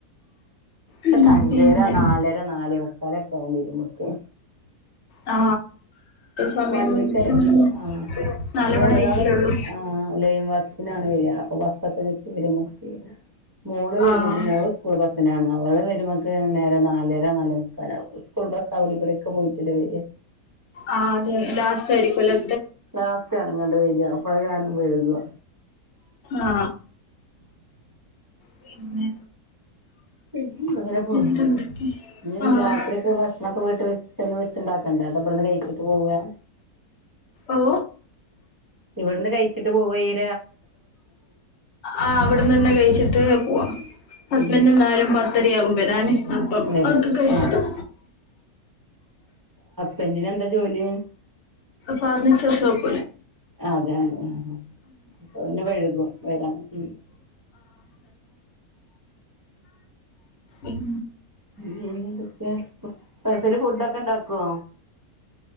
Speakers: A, on the right; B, on the left.
A: പ്പക്കെ
B: ഉം,
A: അഞ്ചര
B: പിന്നെ
A: നാലര നാലേമുക്കാലൊക്കെ ആകും വരുമ്പോക്കെ.
B: ആ സമയം
A: വണ്ടിക്ക്
B: ഉം,
A: ആ
B: നാല്
A: പിന്നെ
B: മണി
A: ഒരാള്
B: ആയിട്ടില്ലേള്ളൂ
A: ആ ലൈംവസിനാണ് വരാ അപ്പം ബ <unintelligible> മോള് വരുമക്ക്
B: ആഹ്
A: മോള് സ്കൂൾ ബസ്സിനാണ് അവള് വരുമക്ക് നേരം നാല് നാലര നാലേ മുക്കാലാവും, സ്കൂൾ ബസ് അവിടെവിടൊക്കെ പോയിട്ടല്ലേ വെര്യ.
B: ആ അതെ ലാസ്റ്റ് ആയിരിക്കു ലേ
A: ലാസ്റ്റാണ് ഇങ്ങാട്ട് വര്യ അപ്പ അത് കാരണം വൈകും
B: ആ പിന്നെ?
A: <unintelligible> <unintelligible> ഇഞ്ഞ്
B: വേറെന്തൊക്കെ ആഹ്
A: രാത്രിയൊക്കെ ഭക്ഷണൊക്കെ വീട്ട് ചെന്ന് വെച്ചിണ്ടാക്കണ്ടേ അതോ ഇബടെന്ന് കഴിച്ചിട്ട് പോവാ
B: ഓ?
A: ഇവിടുന്ന് കഴിച്ചിട്ട് ട്ട് പോ വെയ്യാ
B: ആ അവിടന്നന്നെ കഴിച്ചിട്ട് പോവാ, ഹസ്ബൻഡ്
A: ഉം
B: എന്തായാലും <unintelligible> ത്രിയാവും വരാന്. അപ്പം
A: വരാ
B: അതൊക്കെ കഴിച്ചിട്ടും.
A: ആഹ് ബെന്റിന് എന്താ ജോലി?
B: ഫർണിച്ചർഷോപ്പ്.
A: അതെ അതെ അപ്പൊ പിന്നെ വഴുകും വരാൻ ഉം
B: ഉം
A: പിന്നെന്തൊക്കെ പെസല് ഫുഡൊക്കെണ്ടാ ക്കോ